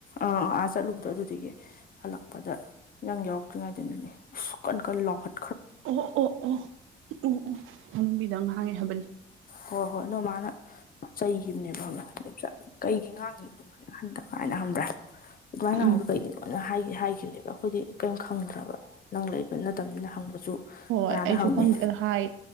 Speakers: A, on the left; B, on the right.
A: ꯑꯥ ꯑ ꯑꯥ ꯆꯠꯂꯨꯕꯗꯣ ꯑꯗꯨꯗꯒꯤ ꯍꯜꯂꯛꯄꯗ ꯅꯪ ꯌꯥꯎꯔꯛꯇ꯭ꯔꯤꯉꯩꯗꯅꯤꯅꯦ ꯎꯁ ꯀꯟ ꯀꯟ ꯂꯥꯎꯈꯠ
B: ꯑꯣ ꯑꯣ ꯑꯣ ꯑꯣ ꯑꯣ ꯃꯅꯨꯡꯕꯤꯗ ꯉꯥꯡꯉꯦ ꯍꯥꯏꯕꯅꯤ
A: ꯍꯣꯏ ꯍꯣꯏ ꯅꯣ ꯃꯥꯅ ꯆꯩꯈꯤꯕꯅꯦꯕ ꯈꯪꯕ꯭ꯔꯥ ꯏꯟꯗꫭꯝ ꯆꯥ ꯀꯩꯒꯤ ꯉꯥꯡꯉꯅꯣ ꯑꯗꯨꯃꯥꯏꯅ ꯑꯍꯥꯟꯗ ꯀꯥꯏꯅ ꯈꯪꯕ꯭ꯔꯥ ꯑꯗꯨꯃꯥꯏꯅ ꯉꯥꯡꯏꯗꫭ
B: ꯎꯝ
A: ꯀꯩꯒꯤꯅꯣ ꯁꯨꯃꯥꯏꯅ ꯍꯥꯏꯒ ꯍꯥꯏꯈꯤꯕꯅꯦꯕ ꯑꯩꯈꯣꯏꯗꯤ ꯀꯩꯝ ꯈꯪꯗ꯭ꯔꯕ ꯅꯪ ꯂꯩꯕ ꯅꯠꯇꯕꯅꯤꯅ ꯍꯪꯕꯁꯨ
B: ꯍꯣꯏ
A: ꯀꯅꯥꯗ
B: ꯑꯩꯁꯨ
A: ꯍꯪꯅꯤ
B: ꯈꯪꯗꯦ ꯑꯗꯨ ꯍꯥꯏ